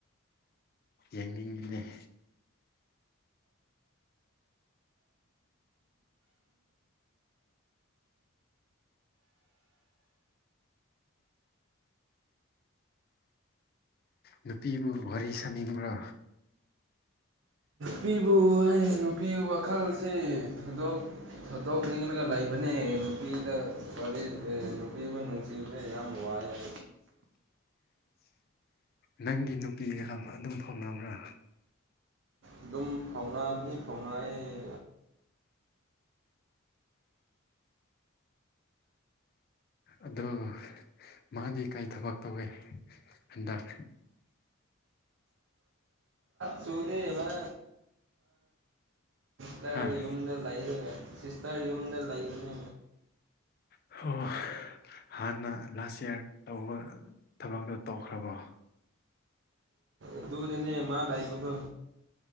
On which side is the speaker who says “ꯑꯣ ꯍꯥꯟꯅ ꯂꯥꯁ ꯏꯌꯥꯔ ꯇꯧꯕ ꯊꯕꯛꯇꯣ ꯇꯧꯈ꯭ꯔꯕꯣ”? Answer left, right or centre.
Left